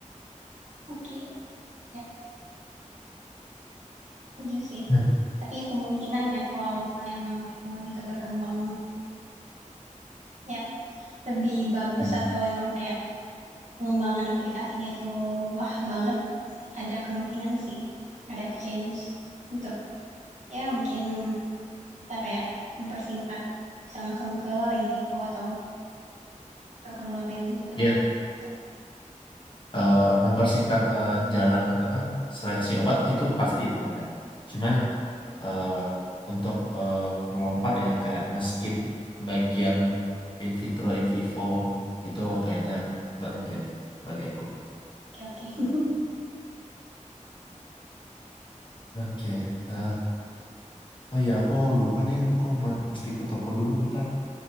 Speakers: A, on the right (about 60°); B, on the left (about 40°).
A: oke ya setuju sih
B: Hmm,
A: tapi kemungkinan ya kalau misalnya emang teknologi itu berkembang ya lebih bagus
B: hmm.
A: atau emang kayak pengembangan aplikasinya itu wah banget ada kemungkinan sih ada change untuk ya mungkin kita kayak mempersingkat bisa langsung ke in vivo atau nggak perlu lakuin in vitro
B: Ya,
A: lagi. Gitu.
B: Eh, mempersingkat eh, jalan apa seleksi obat itu pasti itu ada. Cuman eh, untuk eh, melompat ya kayak nge-skip bagian in vitro, in vivo itu kayaknya nggak mungkin bagi aku.
A: Oke oke. <laughs>
B: Oke, eh, oh ya aku lupa deh, aku ma- mesti ke toko dulu bentar.